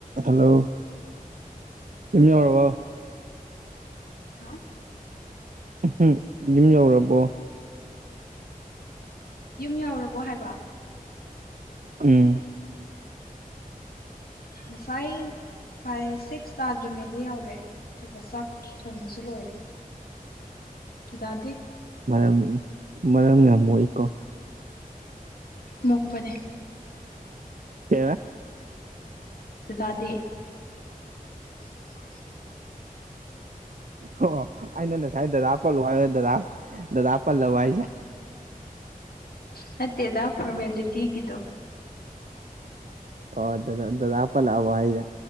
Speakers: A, on the right (about 60°); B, on the left (about 85°).
A: Hello ꯌꯨꯝ ꯌꯧꯔꯕꯣ
B: ꯍꯥ
A: ꯎꯝ ꯌꯨꯝ ꯌꯧꯔꯕꯣ
B: ꯌꯨꯝ ꯌꯧꯔꯕꯣ ꯍꯥꯏꯕ
A: ꯎꯝ
B: ꯉꯁꯥꯏ ꯐꯥꯏꯚ ꯁꯤꯛꯁ ꯇꯥꯗ꯭ꯔꯤꯉꯩꯗ ꯌꯧꯔꯦ ꯑꯗꯨꯒ ꯆꯥꯛ ꯊꯣꯡꯕꯁꯨ ꯂꯣꯏꯔꯦ ꯗꯗꯥꯗꯤ
A: ꯃꯔꯝ ꯃꯔꯝ ꯌꯥꯝ ꯃꯣꯛꯏꯀꯣ
B: ꯃꯣꯛꯄꯅꯦ
A: ꯀꯩꯕ
B: ꯗꯗꯥꯗꯤ <inaudible>
A: ꯑꯣ ꯑꯩꯅ ꯅꯁꯥꯏ ꯗꯗꯥ ꯄꯜꯂꯣ ꯍꯥꯏꯔ ꯗꯗꯥ ꯗꯗꯥ ꯄꯜꯂꯥꯋꯥꯏꯁꯦ
B: ꯅꯠꯇꯦꯗꯥ ꯐꯔꯃꯦꯂꯤꯇꯤꯒꯤꯗꯣ
A: ꯑꯣ ꯗ ꯗ ꯗꯗꯥ ꯄꯜꯂꯛ ꯑꯕꯣ ꯍꯥꯏꯖꯦ